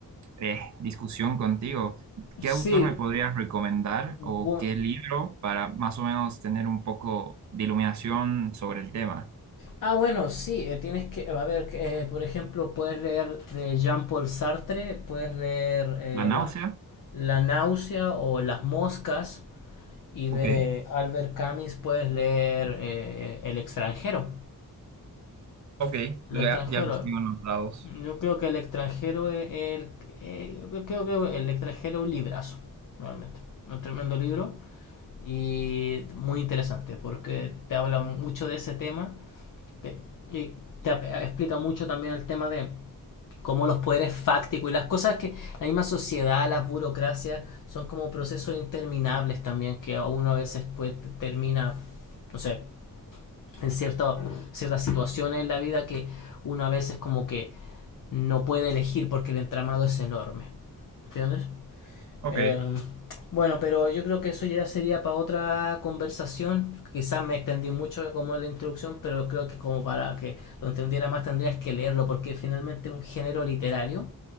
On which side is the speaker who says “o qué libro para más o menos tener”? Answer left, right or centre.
Right